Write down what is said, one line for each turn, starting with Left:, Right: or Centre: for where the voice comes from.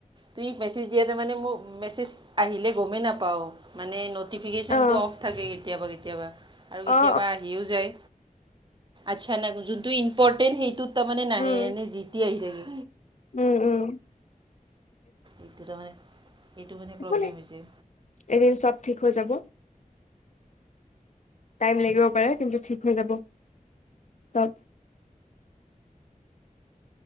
Right: তুমি মেছেজ দিয়া তাৰ মানে মোৰ মেছেজ আহিলে গমেই নাপাওঁ মানে। ন'টিফিকেশ্যনটো
Left: অ
Right: অফ থাকে কেতিয়াবা কেতিয়াবা আৰু কেতিয়াবা
Left: অ
Right: আহিও যায়। আচ্ছা না যোনটো ইম্পৰ্টেন্ট সেইটোত তাৰমানে নাহে,
Left: উম
Right: এনে যিতি আহি থাকে।
Left: উম উম।
Right: এইটো তাৰমানে, এইেটো মানে
Left: একো
Right: প্ৰব্লেম
Left: নাই
Right: হৈছে।
Left: এদিন চব ঠিক হৈ যাব। টাইম লাগিব পাৰে কিন্তু ঠিক হৈ যাব চব।